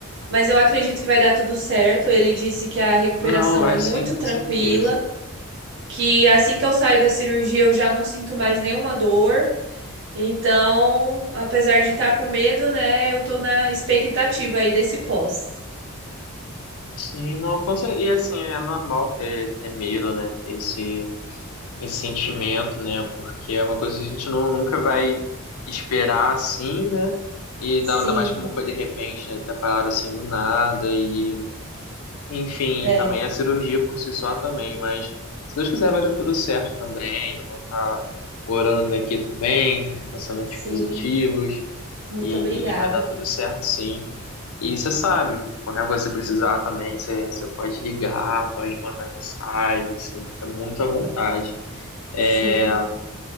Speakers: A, on the right; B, on the left.
A: mas eu acredito que vai dar tudo certo. Ele disse que a recuperação
B: Não, vai
A: é muito
B: sim, com
A: tranquila,
B: certeza.
A: que assim que eu saio da cirurgia eu já não sinto mais nenhuma dor. Então, apesar de estar com medo, né, eu tô na expectativa aí desse pós.
B: Sim, não, com cer- e assim, é normal ter, ter medo, né? Ter esse esse sentimento, né? Porque é uma coisa que a gente não, nunca vai esperar assim, né? E
A: Sim,
B: dá- ainda mais como foi de repente, né? Ter parado assim do nada e, enfim,
A: é,
B: e também a cirurgia por si só também, mas se Deus quiser vai dar tudo certo também. Eu vou estar orando daqui também, pensamentos
A: sim,
B: positivos
A: muito
B: e,
A: obrigada.
B: e vai dar tudo certo, sim. E você sabe, qualquer coisa que você precisar também, você, você pode ligar, pode mandar mensagem, assim, fica muito à vontade. É,
A: Sim.